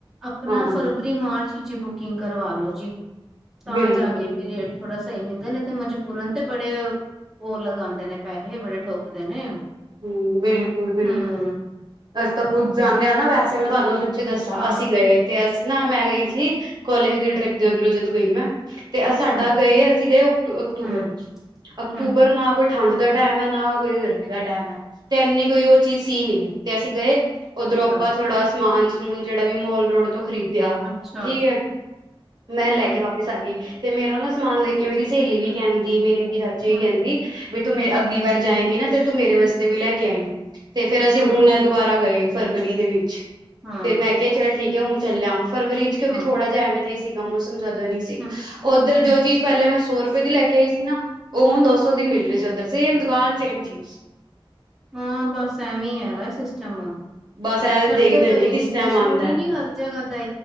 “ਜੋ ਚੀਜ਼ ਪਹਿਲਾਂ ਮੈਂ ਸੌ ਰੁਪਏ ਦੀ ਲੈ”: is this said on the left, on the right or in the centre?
Right